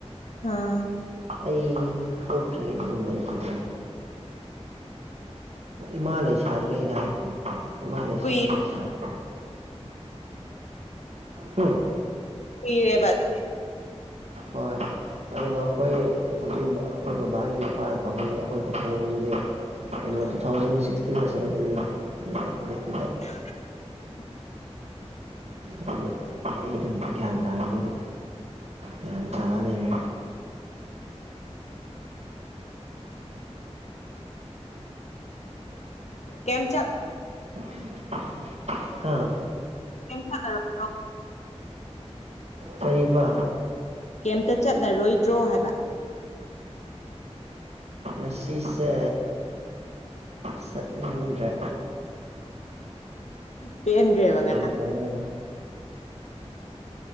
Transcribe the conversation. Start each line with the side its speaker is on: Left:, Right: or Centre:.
Left: ꯍꯥꯥ
Right: ꯑꯩ ꯄꯣꯛꯇ꯭ꯔꯤꯉꯩ ꯗꯨꯝ ꯂꯩꯈꯤꯗꯔꯦ ꯏꯃꯥ ꯂꯩꯁꯥꯔꯤꯉꯩꯗ ꯍꯥꯏ ꯏꯃꯥ ꯂꯩꯁ
Left: ꯀꯨꯏꯔꯦ
Right: ꯂꯩꯁꯔꯤ ꯎꯝ
Left: ꯀꯨꯏꯔꯦꯕ ꯑꯗꯨꯗꯤ
Right: ꯍꯣꯏ ꯑꯗꯨꯒ ꯑꯩꯈꯣꯏ ꯍꯧꯖꯤꯛ ꯑꯩꯈꯣꯏ ꯕꯕꯥꯒꯤ ꯃꯄꯥ ꯄꯥꯕꯨꯡꯗꯣ ꯑꯩꯈꯣꯏ ꯄꯨꯄꯨꯗꯨꯗꯤ ꯀꯩꯅꯣ
Left: ꯎꯝ
Right: ꯇꯨꯊꯥꯎꯖꯟ ꯁꯤꯁꯇꯤꯟ ꯑꯁ꯭ꯋꯥꯏꯗ ꯅꯤ ꯂꯩ ꯂꯩꯈꯤ
Left: <inaudible>
Right: ꯍꯥꯏꯗꯤ ꯑꯩ ꯑꯗꯨꯝ ꯒ꯭ꯌꯥꯟ ꯇꯥꯕꯗꯨꯗꯤ ꯒ꯭ꯌꯥꯟ ꯇꯥ ꯂꯩꯔꯦ
Left: ꯀꯦꯝ ꯆꯠ
Right: <inaudible> ꯍꯥꯥ
Left: <inaudible> ꯑꯥ
Right: ꯀꯔꯤꯕ
Left: ꯀꯦꯝꯇ ꯆꯠꯂꯔꯣꯏꯗ꯭ꯔꯣ ꯍꯥꯏꯕ
Right: ꯉꯁꯤꯁꯦ ꯆꯠꯅꯤꯡꯗ꯭ꯔꯦ
Left: <inaudible> ꯄꯦꯟꯒ꯭ꯔꯦꯕ ꯉꯔꯥꯡ
Right: ꯑꯣ